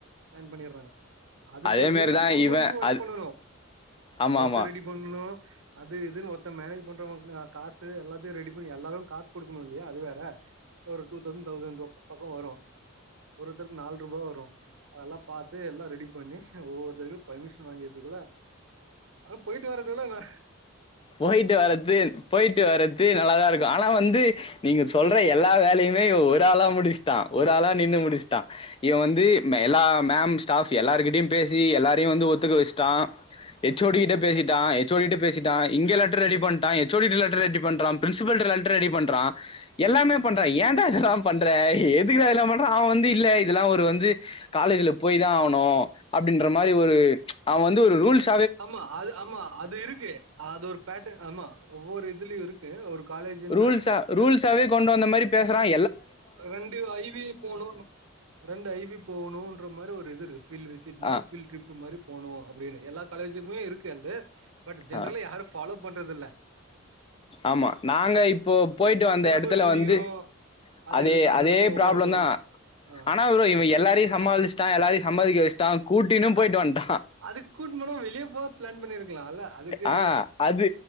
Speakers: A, on the right; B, on the left.
A: சையின் பண்ணிடுறாங்க அதுக்கு
B: அதே
A: வந்து
B: மாரிதா
A: டூ
B: இவ
A: மந்த்ஸ் ஒர்க்
B: அது
A: பண்ணனும்
B: ஆமா
A: பஸ்ஸ
B: ஆமா
A: ரெடி பண்ணனும் அது இதுன்னு ஒருத்த மேனேஜ் பண்றவங்க காசு எல்லாத்தையும் ரெடி பண்ணி எல்லாரும் காசு குடுக்கணும் இல்லையா அது வேற ஒரு டூ தௌசண்ட் தௌசண்ட் பக்கம் வரும் ஒருத்தருக்கு நாலு ரூபா வரும் அதெல்லாம் பாத்து எல்லாம் ரெடி பண்ணி ஒவ்வொருத்தருக்கும் பர்மிஷன் வாங்கிறதுக்குள்ள ஆனா போயிட்டு வரதுகுல்ல
B: போயிட்டு வர்றது போயிட்டு வர்றது நல்லாதான் இருக்கும் ஆனா வந்து நீங்க சொல்ற எல்லா வேலையுமே இவன் ஒரு ஆளா முடிச்சுட்டான் ஒரு ஆளா நின்னு முடிச்சுட்டான் இவன் வந்து எல்லா மேம் ஸ்டாஃப் எல்லாரருகிட்டயையும் பேசி எல்லாரையும் வந்து ஒத்துக்க வச்சுட்டான் எச்சோடி கிட்ட பேசிட்டான் எச்சோடி பேசிட் டாய் இங்க லெட்டர் ரெடி பண்ணிட்டான் எச்சோடி லெட்டர் ரெடி பண்றான் பிரின்சிபல்ட லெட்டர் ரெடி பண்றான் எல்லாமே பண்றான் ஏன் ஏண்டா இதெல்லாம் பண்ற எதுக்குடா இதெல்லாம் பண்ற அவன் வந்து காலேஜ்ல போய் தான் ஆவணும் அப்படின்ற மாரி ஒரு ச் அவன் வந்து ஒரு ரூல்ஸ்
A: ஆமா அது ஆமா அது இருக்கு அது ஒரு பேட் ஆமா ஒவ்வொரு இதுலயும் இருக்கு ஒரு காலேஜ்ன்னா
B: ரூல்ஸ்சா
A: இந்த
B: ரூல்ஸாவே கொண் கொண்டு வந்த மாரி பேசுறான்
A: ரெண்டு ஐவி போணும் ரெண்டு ஐவி போணுன்ற மாரி ஒரு இதுருக்குது ஃபில் விசிட் மாரி
B: ஆ
A: ஃபில் ட்ரிப் மாரி போணும் அப்படின்னு எல்லா காலேஜுக்குமே இருக்கு அங்க பட் ஜென்ரலா
B: ஆ
A: யாரு ஃபலோ பண் ண்ற தில்ல
B: ஆமா நாங்க இப்போ போயிட்டு வந்த
A: சிலபஸ்
B: இடத்துல
A: முடிக்கணும்.
B: வந்து
A: அது
B: அதே
A: இது காரணத்துக்கு
B: அதே
A: ஒவ்வொரு
B: ப்ராப்ளம்
A: சொல்லுவோம்.
B: தான்
A: ஆ
B: ஆனா ப்ரோ இவன் எல்லாரையும் சமாளிச்சுட்டான் எல்லாரையும் சம்மதிக்க வச்சுட்டான் கூட்டினும் போயிட்டு
A: அ
B: வந்துட்டான்
A: அதுக்கு கூட்ன்னு போனா வெளிய போக பிளான் பண்ணிருக்கலாம்ல்ல. அதுக்கு
B: ஆஹ் அது